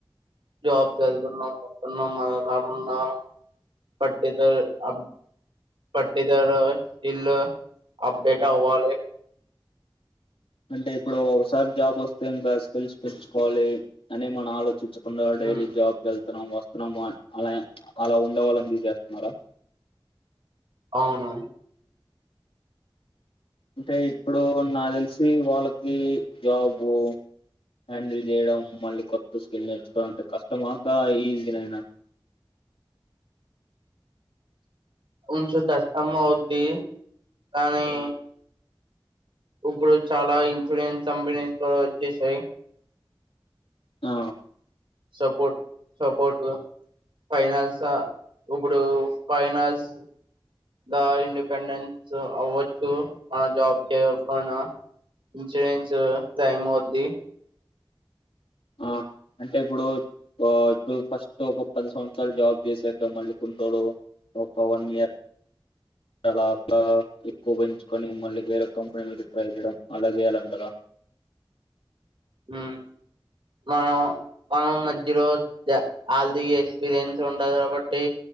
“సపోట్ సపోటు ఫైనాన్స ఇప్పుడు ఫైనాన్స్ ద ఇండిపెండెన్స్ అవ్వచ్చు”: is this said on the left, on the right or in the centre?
Right